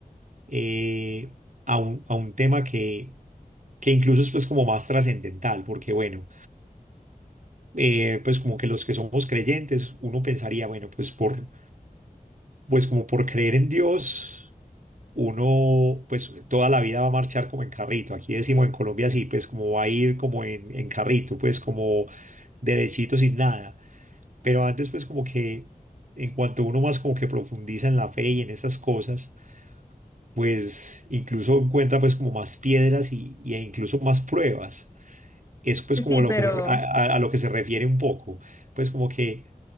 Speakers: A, on the right (about 55°); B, on the left (about 20°).
A: eh, a un, a un tema que que incluso es pues como más trascendental, porque bueno, eh, pues como que los que somos creyentes, uno pensaría, bueno, pues por, pues como por creer en Dios, uno pues toda la vida va a marchar como en carrito, aquí decimos en Colombia sí, pues como va a ir como en, en carrito, pues como derechito sin nada, pero antes pues como que en cuanto uno más como que profundiza en la fe y en esas cosas, pues incluso encuentra pues como más piedras y, y e incluso más pruebas es pues
B: Sí,
A: como
B: sí,
A: lo
B: pero,
A: que se, re- a, a- a lo que se refiere un poco, pues como que,